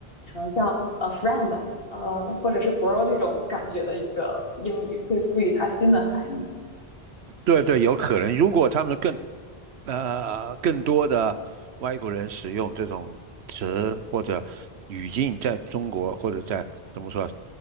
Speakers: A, on the left; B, on the right.
A: 像呃 friend 呃或者是 bro 这种感觉的一个英语，会赋予它新的含义。
B: 对对，有可能。如果他们更呃，更多的外国人使用这种词或者语境，在中国或者在怎么说